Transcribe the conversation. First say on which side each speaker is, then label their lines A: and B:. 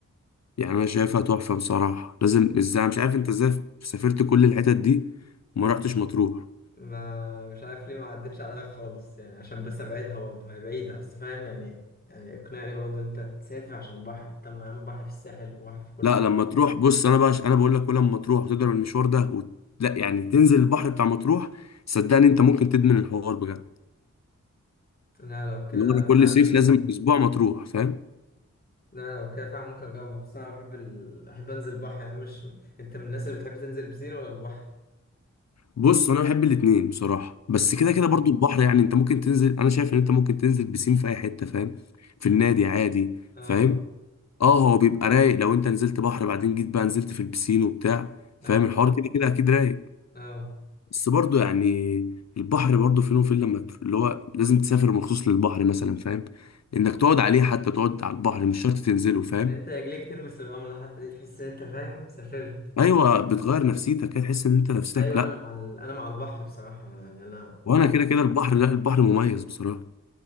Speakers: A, on the left; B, on the left.
A: يعني انا شايفها تحفه بصراحه لازم ازاي مش عارف انت ازاي سافرت كل الحتت دي وما رحتش مطروح
B: ما مش عارف ليه ما عدتش عليا خالص يعني عشان بس ابعدها برضه ما هي بعيدة بس فاهم يعني يعني اقنعني برضه ان انت تسافر عشان بحر طب ما يا عم بحر في الساحل وبحر في كل
A: لا
B: حتة
A: لما تروح بص انا بقى انا بقول لك كل ما تروح وتضرب المشوار ده وت... لا يعني تنزل البحر بتاع مطروح صدقني انت ممكن تدمن الحوار بجد
B: لا لو كده
A: اللي هو أنا كل
B: فعلا
A: صيف لازم اسبوع مطروح فاهم
B: لا لو كده فعلا ممكن اجرب خصوصا انا بحب ال... احب انزل بحر يعني مش انت من الناس اللي بتحب تنزل بسين ولا البحر
A: بص انا بحب الاتنين بصراحه بس
B: اه
A: كده كده برضو البحر يعني انت ممكن تنزل انا شايف ان انت ممكن تنزل بسين في اي حته فاهم في النادي عادي
B: اه
A: فاهم اه هو بيبقى رايق لو انت نزلت بحر بعدين جيت بقى نزلت في البسين وبتاع فاهم
B: اه
A: الحوار كده كده اكيد رايق
B: اه
A: بس برضو يعني البحر برضو فين وفين لما تروح- اللي هو لازم تسافر مخصوص للبحر مثلا فاهم انك تقعد عليه حتى تقعد على البحر مش شرط تنزله فاهم
B: ان انت رجليك تلمس الرملة حتى دي تحس ان انت فاهم سافرت
A: ايوه بتغير نفسيتك كده تحس ان انت نفسيتك
B: ايوه
A: لا
B: انا مع ال... انا مع البحر بصراحة يعني انا بحب
A: وانا كده كده البحر لا البحر مميز بصراحة